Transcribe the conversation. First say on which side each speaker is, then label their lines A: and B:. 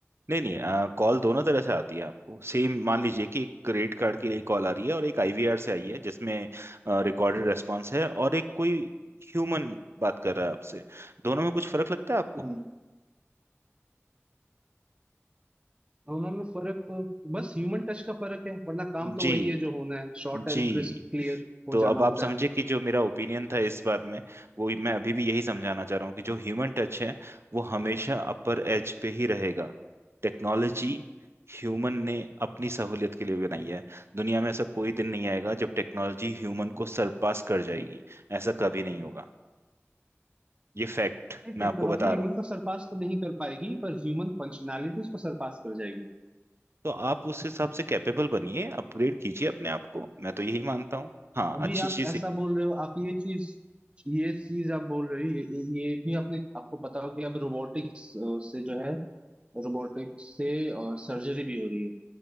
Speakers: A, on the right; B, on the right.
A: नहीं नहीं कॉल दोनों तरह से आती है आपको सेम मान लीजिए कि एक क्रेडिट कार्ड के लिए कॉल आ रही है और एक आईवीआर से आई है जिसमें रिकॉर्डेड रेस्पॉन्स है और एक कोई ह्यूमन बात कर रहा है आपसे दोनों में कुछ फर्क लगता है आपको
B: हम्म दोनों में फर्क तो- बस ह्यूमन टच का फर्क है वरना काम तो
A: जी
B: वही है जो होना है शॉर्ट
A: जी
B: एंड क्रिस्प क्लियर हो
A: तो अब
B: जाना होता
A: आप समझे
B: है
A: कि जो मेरा ओपिनियन था इस बात में वो मैं अभी भी यही समझाना चाह रहा हूँ कि जो ह्यूमन टच है वो हमेशा अपर एज पे ही रहेगा टेक्नोलॉजी ह्यूमन ने अपनी सहूलियत के लिए बनाई है दुनिया में ऐसा कोई दिन नहीं आएगा जब टेक्नोलॉजी ह्यूमन को सरपास कर जाएगी ऐसा कभी नहीं होगा ये फैक्ट मैं
B: टेक्नोलॉजी
A: आपको बता
B: ह्यूमन
A: रहा हूँ
B: को सरपास तो नहीं कर पाएगी पर ह्यूमन फंक्शनैलिटीज को सरपास कर जाएगी
A: तो आप उस हिसाब से कैपेबल बनिए अपग्रेड कीजिए अपने आप को मैं तो यही मानता हूँ हाँ
B: अभी
A: अच्छी
B: आप
A: चीज
B: ऐसा
A: है
B: बोल रहे हो आप ये चीज ये चीज आप बोल रहे हो ये, ये ये भी आपने आपको पता हो कि अब रोबोटिक्स से जो है रोबोटिक्स से सर्जरी भी हो रही है